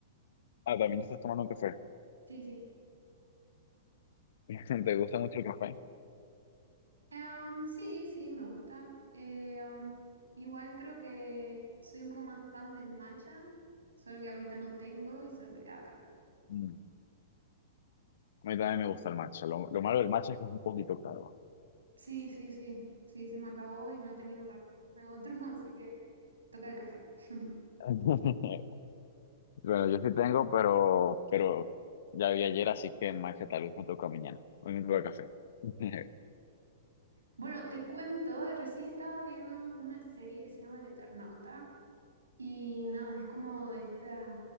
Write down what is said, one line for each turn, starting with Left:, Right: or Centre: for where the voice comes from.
Left: Ah, también estás tomando un café.
Right: Sí, sí.
Left: <laughs> ¿Te gusta mucho el café?
Right: Em, sí, sí, me gusta. Eh, em, igual creo que soy un poco más fan del matcha, solo que ahorita no tengo y solo me queda café.
Left: Mm, A mí también me gusta el matcha. Lo, lo malo del matcha es que es un poquito caro.
Right: Sí, sí, sí, sí, se me acabó y no he tenido para comprarme otro, <laughs> así que toca el café. <laughs>
Left: <laughs> Bueno, yo sí tengo, pero, pero ya vi ayer, así que matcha tal vez me toca mañana. Hoy me toca café. <laughs>
Right: Bueno, te cuento, recién estaba viendo una serie que se llama El Eternauta. Y nada, es como de estas